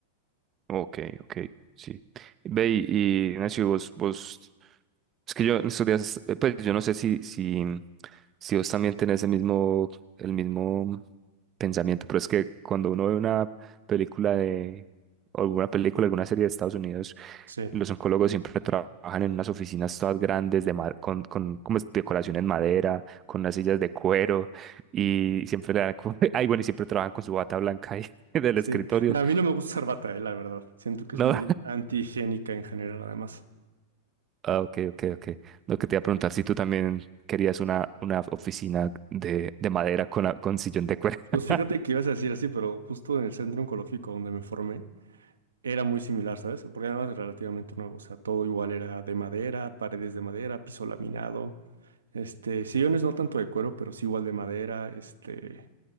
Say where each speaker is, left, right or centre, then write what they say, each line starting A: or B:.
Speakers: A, on the right; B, on the right.
A: Ok, ok, sí. Ve y, y Nacho, vos, vos, es que yo en estos días, eh, pues yo no sé si, si, si vos también tenés el mismo, el mismo pensamiento, pero es que cuando uno ve una película de, o alguna película, alguna serie de Estados Unidos,
B: Sí,
A: los oncólogos siempre trabajan en unas oficinas todas grandes de ma- con, con como es, decoración en madera, con unas sillas de cuero y siempre le dan como- <laughs> ay, bueno, y siempre trabajan con su bata blanca ahí <laughs> del
B: sí.
A: escritorio.
B: A mí no me gusta usar bata, eh, la verdad. Siento que
A: No,
B: es muy antihigiénica en general, además.
A: Ah, ok, ok, ok. Lo que te iba a preguntar, si tú también querías una, una oficina de, de madera con, a- con sillón de cuero.
B: Pues
A: <laughs>
B: fíjate que ibas a decir así, pero justo en el centro oncológico donde me formé, Era muy similar, ¿sabes? Porque además es relativamente nuevo, o sea, todo igual era de madera, paredes de madera, piso laminado, este, sillones no tanto de cuero, pero sí igual de madera, este,